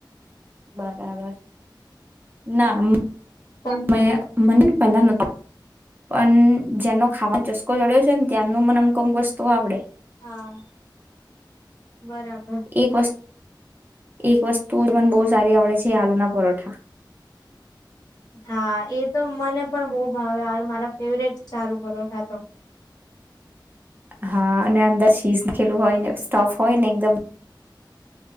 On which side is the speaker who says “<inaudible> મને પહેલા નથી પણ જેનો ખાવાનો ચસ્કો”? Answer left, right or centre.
Right